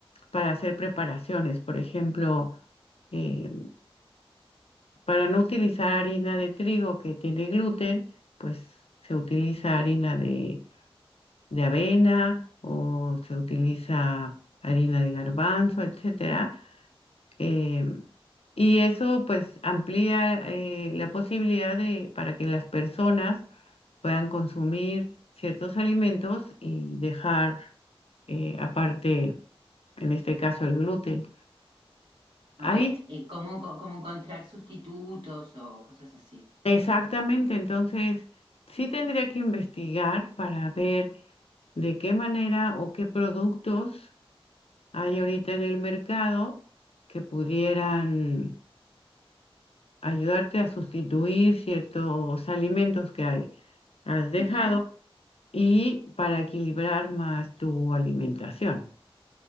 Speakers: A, on the left; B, on the right.
A: para hacer preparaciones. Por ejemplo, eh, para no utilizar harina de trigo que tiene gluten, pues se utiliza harina de, de avena o se utiliza harina de garbanzo, etcétera. Em, y eso pues amplía eh, la posibilidad de para que las personas puedan consumir ciertos alimentos y dejar eh, aparte, en este caso, el gluten.
B: Ok,
A: Ahí, sí,
B: eh, ¿cómo, enco- cómo encontrar sustitutos o cosas así?
A: exactamente, entonces sí tendría que investigar para ver de qué manera o qué productos hay ahorita en el mercado que pudieran ayudarte a sustituir ciertos alimentos que hay- has dejado
B: Genial.
A: y para equilibrar más tu alimentación.